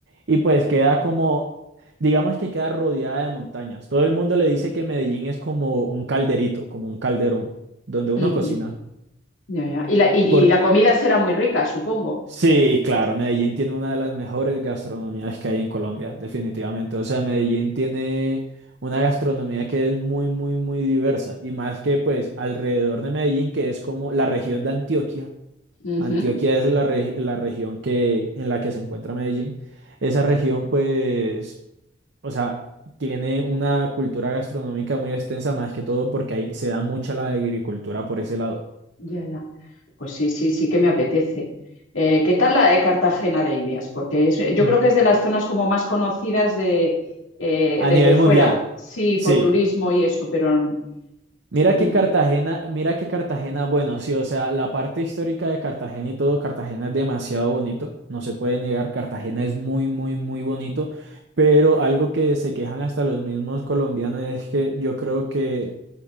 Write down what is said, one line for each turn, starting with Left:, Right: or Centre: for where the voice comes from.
Right: y pues queda como, digamos que queda rodeada de montañas. Todo el mundo le dice que Medellín es como un calderito, como un calderón, donde uno
Left: Ujú,
Right: cocina.
Left: Ya, ya. Y la, y,
Right: Por,
Left: y la comida será muy rica, supongo.
Right: Sí, claro, Medellín tiene una de las mejores gastronomías que hay en Colombia, definitivamente. O sea, Medellín tiene una gastronomía que es muy, muy, muy diversa. Y más que pues alrededor de Medellín, que es como la región de Antioquia.
Left: Ujú,
Right: Antioquia es la, re- la región que, en la que se encuentra Medellín. Esa región pues, o sea, tiene una cultura gastronómica muy extensa, más que todo porque ahí se da mucha la agricultura por ese lado.
Left: Ya, ya. Pues sí, sí, sí que me apetece. Eh, ¿qué tal la de Cartagena de Indias? Porque es- yo
Right: Mm.
Left: creo que es de las zonas como más conocidas de, eh,
Right: A
Left: desde
Right: nivel
Left: fuera,
Right: mundial,
Left: sí,
Right: sí.
Left: por turismo y eso, pero...
Right: Mira
Left: mm,
Right: que Cartagena, mira que Cartagena, bueno, sí, o sea, la parte histórica de Cartagena y todo, Cartagena es demasiado bonito, no se puede negar, Cartagena es muy, muy, muy bonito, pero algo que se quejan hasta los mismos colombianos es que yo creo que